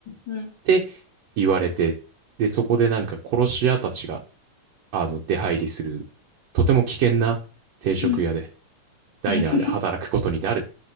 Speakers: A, on the left; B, on the right.
A: うん、うん、
B: て言われて、で、そこでなんか殺し屋たちが、あの、出入りする、とても危険な定食屋で、
A: うん。
B: ダイナーで働くことになるっ
A: う